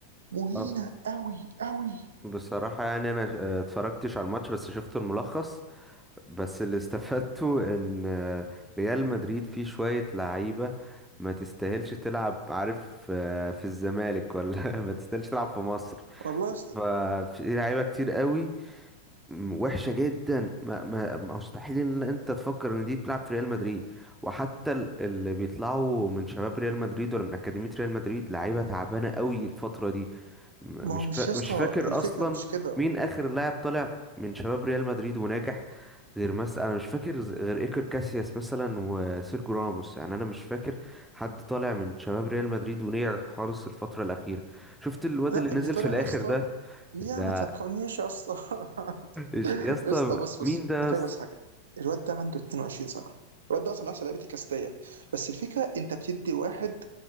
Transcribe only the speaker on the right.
مهينه
قوي قوي
والله يا اسطى
ما
هو مش
يا اسطى
الفكره
مش كده
لا
اللي طلع
يا اسطى
يا
ما تفكرنيش يا اسطى <laughs>
يا
اسطى بص
بص
انا
فاهم بس حاجه الواد ده عنده 22 سنه الواد ده اصلا من احسن لعيبه الكاستيه بس الفكره انت بتدي واحد